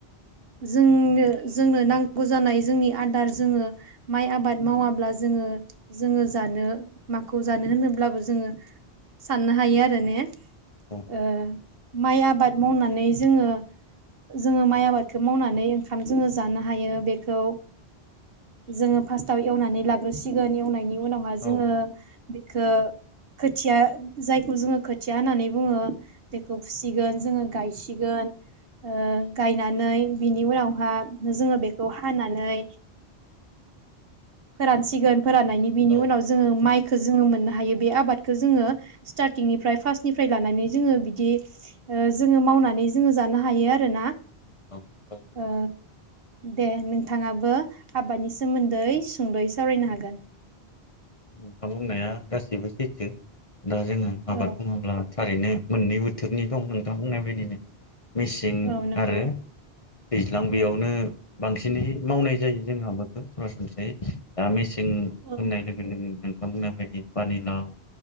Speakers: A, on the right; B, on the left.
A: जोंनो जोंनो नांगौ जानाय जोंनि आदार जोङो माइ आबाद मावाब्ला जोङो जोङो जानो माखौ जानो होनोब्लाबो जोङो। साननो हायो आरो ने?
B: औ।
A: ओ माइ आबाद मावनानै जोङो जोङो माइ आबादखौ मावनानै ओंखाम जोङो जानो हायो बेखौ जोङो फासथाव एवनानै लाग्रोसिगोन एवनायनि। उनावहा
B: औ
A: जोङो बेखो। खोथिया। जायखौ जोङो खोथिया होननानै बुङो बेखौ फुसिगोन जोङो गायसिगोन ओ गायनानै बिनि उनावहा जोङो बेखौ हानानै फोरानसिगोन। फोराननायनि बिनि
B: औ
A: उनाव जोङो माइ। खो जोङो मोननो हायो बे आबादखो जोङो। स्टार्टिंनिफ्राय फार्स्टनिफ्राय लानानै जोङो बिदि जोङो मावनानै जोङो जानो हायो आरोना।
B: औ औ
A: ओ दे नोंथाङाबो आबादनि सोमोन्दै सुंद'यै सावरायनो हागोन।
B: नोंथां बुंनाया गाससिबो सैथो। दा जोङो आबाद
A: औ
B: माबुङोब्ला। थारैनो मोननै बोथोरनि दं नोंथां बुंनाय बदिनो मिसिं
A: औ नंगौ
B: आरो दैज्लां बेयावनो बांसिनै मावनाय जायो जों हाबाखौ सरासनस्रायै दा सिं
A: औ
B: होननाय लोगो लोगो नोंथां बुंनाय बायदि पानिलाव